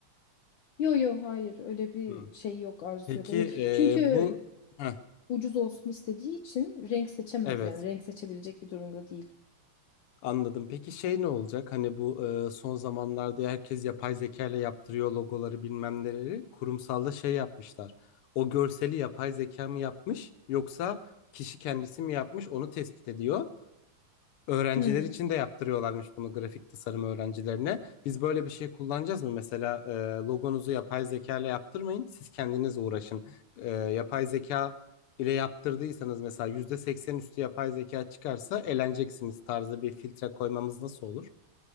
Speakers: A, on the left; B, on the left.
A: Yo yo hayır öyle bir
B: Hı.
A: şey yok arzusu
B: Peki
A: yok. Öyle-
B: ee,
A: Çünkü
B: bu Heh,
A: ucuz olsun istediği için renk seçemez
B: evet.
A: yani renk seçebilecek bir durumda değil.
B: Anladım. Peki şey ne olacak? Hani bu e, son zamanlarda herkes yapay zeka ile yaptırıyor logoları bilmem neleri. Kurumsalda şey yapmışlar. O görseli yapay zeka mı yapmış yoksa kişi kendisi mi yapmış onu tespit ediyor. Öğrenciler
A: Hmm,
B: için de yaptırıyorlarmış bunu grafik tasarım öğrencilerine. Biz böyle bir şey kullanacağız mı? Mesela e, logonuzu yapay zeka ile yaptırmayın. Siz kendiniz uğraşın. E, yapay zeka ile yaptırdıysanız mesela %80 üstü yapay zeka çıkarsa eleneceksiniz tarzı bir filtre koymamız nasıl olur?